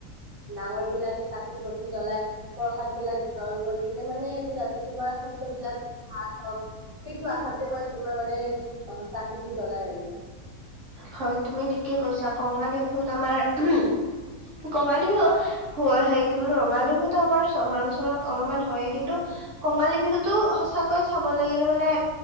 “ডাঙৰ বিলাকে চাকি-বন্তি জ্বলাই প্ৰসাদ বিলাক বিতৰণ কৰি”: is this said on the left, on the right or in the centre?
Right